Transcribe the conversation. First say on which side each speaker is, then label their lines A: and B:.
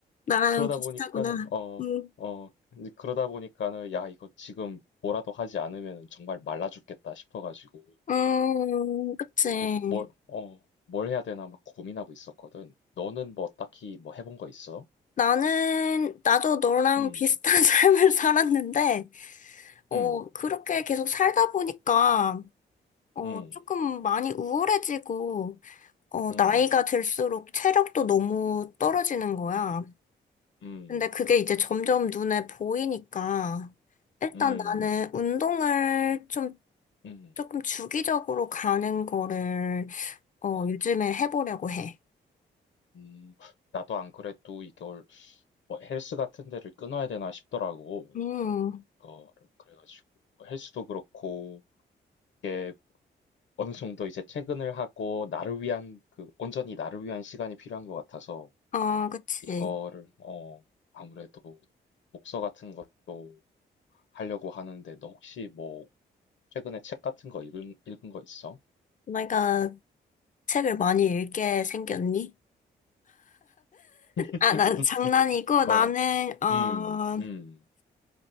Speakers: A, on the left (about 40°); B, on the left (about 60°).
A: 나랑
B: 그러다
A: 비슷하구나.
B: 음. 보니까는 어,
A: 음,
B: 어, 이제 그러다 보니까는 야, 이거 지금 뭐라도 하지 않으면 정말 말라 죽겠다 싶어 가지고
A: 음, 그치.
B: 이게 뭘 어, 뭘 해야 되나 막 고민하고 있었거든. 너는 뭐 딱히 뭐 해본 거 있어?
A: 나는, 나도 너랑
B: 음.
A: 비슷한 <laughs> 삶을 살았는데, 어,
B: 음.
A: 그렇게 계속 살다 보니까, 어,
B: 음.
A: 조금 많이 우울해지고, 어,
B: 음.
A: 나이가 들수록 체력도 너무 떨어지는 거야.
B: 음. 음.
A: 근데 그게 이제 점점 눈에 보이니까 일단
B: 음.
A: 나는 운동을 좀
B: 음.
A: 조금 주기적으로 가는 거를 어,
B: 어.
A: 요즘에 해보려고
B: 어.
A: 해.
B: 음. 나도 안 그래도 이걸 뭐 헬스 같은 데를 끊어야 되나 싶더라고.
A: 음,
B: 그거를 그래가지고 뭐 헬스도 그렇고 이게 어느 정도 이제 퇴근을 하고 나를 위한 그 온전히 나를 위한 시간이 필요한 것 같아서
A: 아, 그치.
B: 이거를 어 아무래도 독서 같은 것도 하려고 하는데 너 혹시 뭐 최근에 책 같은 거 읽은 읽은 거 있어?
A: 내가 책을 많이 읽게 생겼니?
B: <laughs>
A: 아, 난 장난이고
B: 어.
A: 나는 어,
B: 음, 음,